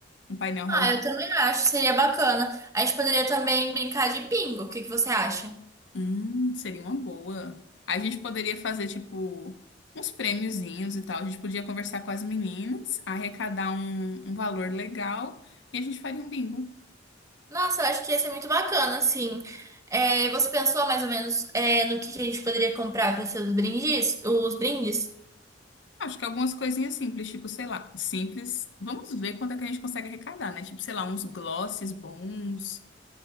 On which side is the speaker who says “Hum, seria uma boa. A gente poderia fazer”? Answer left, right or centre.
Left